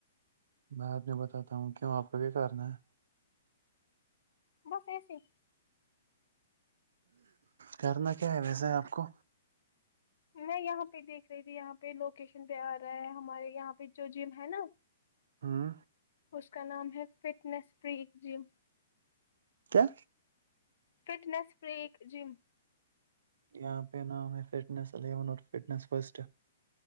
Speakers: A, on the right (about 65°); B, on the left (about 60°).
A: میں بعد میں بتاتا ہوں کیوں آپ کو کیا کرنا ہے
B: بس ایسیے
A: کرنا کیا ہے ویسے آپ کو
B: میں یہاں پہ دیکھ رہی تھی یہاں پہ لوکیشن پہ آ رہا ہے ہمارے یہاں پہ جو جم ہے نا
A: ہاں
B: اس کا نام ہے فٹنس فری جم
A: کیا
B: فٹنس فری جم
A: یہاں پہ نام ہے فٹنس الیون فٹنس فرسٹ